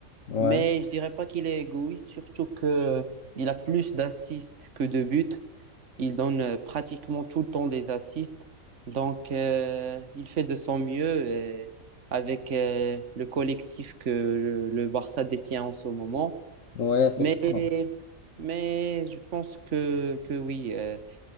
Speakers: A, on the left; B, on the right.
A: Ouais,
B: mais je dirais pas qu'il est égoïste, surtout que il a plus d'assists que de buts. Il donne euh, pratiquement tout le temps des assists. Donc, euh, il fait de son mieux et avec euh, le collectif que le, le Barça détient en ce moment.
A: ouais, effectivement.
B: Mais, mais je pense que, que oui, euh,